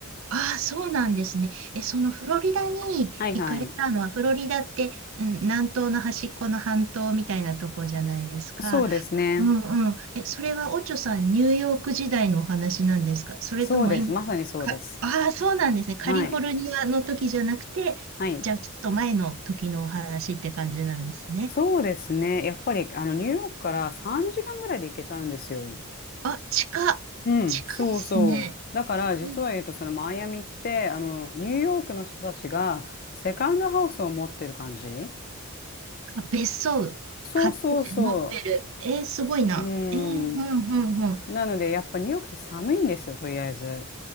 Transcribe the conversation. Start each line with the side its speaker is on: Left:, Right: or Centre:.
Right: ああ、そうなんですね。え、そのフロリダに行かれたのは、
Left: はいはい。
Right: フロリダって、うん、南東の端っこの半島みたいなとこじゃないですか。
Left: そうですね。
Right: うんうん。え、それはオチョさん、ニューヨーク時代のお話なんですかそれとも今、
Left: そうです。まさにそうです。
Right: か、ああ、そうなんですね。カリフォルニアの時じゃなくて、
Left: はい。はい。
Right: じゃあちょっと前の時のお話って感じなんですね。
Left: そうですね。やっぱり、あの、ニューヨークから3時間ぐらいで行けちゃうんですよ。
Right: あ、近っ、
Left: うん、
Right: 近いですね。
Left: そうそう。だから実は言うとそのマイアミってあのニューヨークの人たちがセカンドハウスを持ってる感じ
Right: うんあ別荘買って持ってる。
Left: そうそうそう。
Right: えー、すごいな。
Left: うーん。
Right: えー、ふんふんふん。
Left: なので、やっぱニューヨークって寒いんですよ、とりあえず。